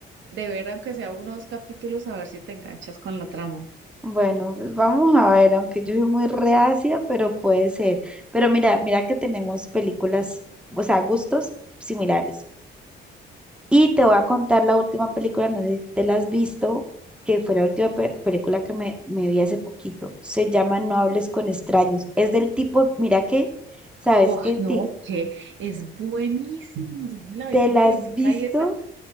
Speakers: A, on the right; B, in the centre.
A: de ver, aunque sea unos capítulos, a ver si te enganchas con la trama.
B: Bueno, pues vamos a ver, aunque yo soy muy reacia, pero puede ser. Pero mira, mira que tenemos películas, o sea, gustos similares. Y te voy a contar la última película, no sé si te la has visto, que fue la última pe- película que me, me vi hace poquito. Se llama No hables con extraños. Es del tipo, mira que, ¿sabes
A: Oh,
B: qué?
A: no,
B: Ti-
A: que es buenísimo, yo me la
B: ¿Te
A: vi completica
B: la has visto?
A: y esa,